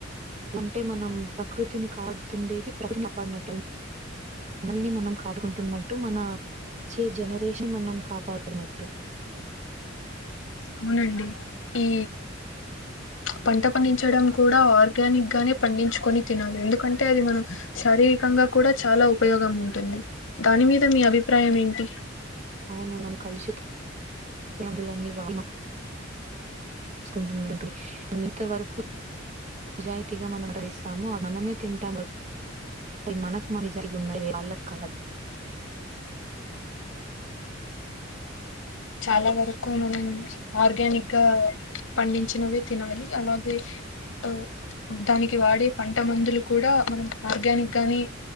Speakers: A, on the right; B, on the left.
A: అంటే మనం ప్రకృతిని కాపాడుతుండేది ప్రక్ కాపాడినట్టు మనల్ని మనం కాకుంటున్నట్టు మన చే జనరేషన్ మనం కాపాడినట్టు
B: అవునండి ఈ పంట పండించడం కూడా ఆర్గానిక్ గానే పండించుకొని తినాలి ఎందుకంటే అది మనం శారీరకంగా కూడా చాలా ఉపయోగం ఉంటుంది దాని మీద మీ అభి ప్రాయం ఏంటి
A: అవును మన కలుషితం <unintelligible> తీసుకుంటున్నవి ఇంత వరకు నిజాయితీగా మనం వేస్తామో మనమే తింటాము అవి మనక జరిగి ఉన్నాయి వాళ్ళ కాదు
B: చాలా వరకు మనం ఆర్గానిక్ గా పండించినవే తినాలి అలాగే ఓ ఉంటానికి వాడే పంట మందులు కూడా మనం ఆర్గానిక్ గానే